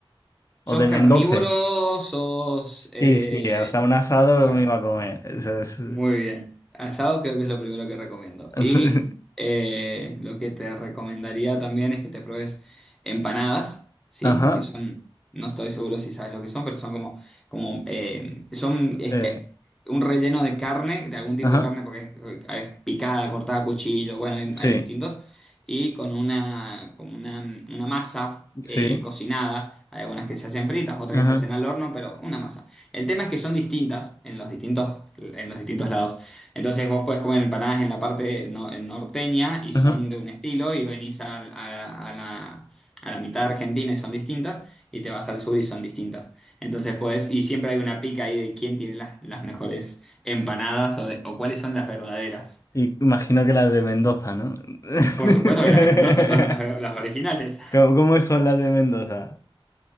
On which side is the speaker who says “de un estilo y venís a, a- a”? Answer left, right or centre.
Centre